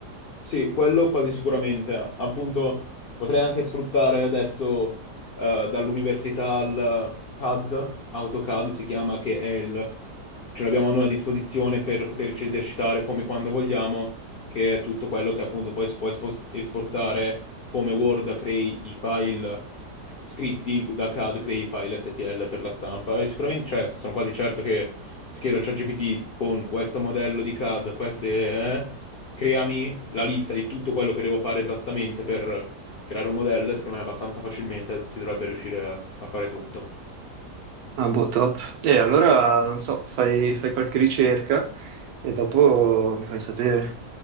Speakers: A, on the left; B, on the right.
A: Sì, quello quasi sicuramente. Appunto, potrei anche sfruttare adesso eh, dall'università al CAD, AutoCAD si chiama, che è il... ce l'abbiamo noi a disposizione per poterci esercitare come quando vogliamo, che è tutto quello che appunto poi si può espost- esportare come Word, crei i file scritti da CAD, crei i file STL per la stampa. E sicuramente, cioè, sono quasi certo che se chiedo a ChatGPT con questo modello di CAD, queste... eh, creami la lista di tutto quello che devo fare esattamente per creare un modello, e secondo me abbastanza facilmente si dovrebbe riuscire a a fare tutto.
B: Ah, boh, top. E allora, non so, fai, fai qualche ricerca e dopo mi fai sapere.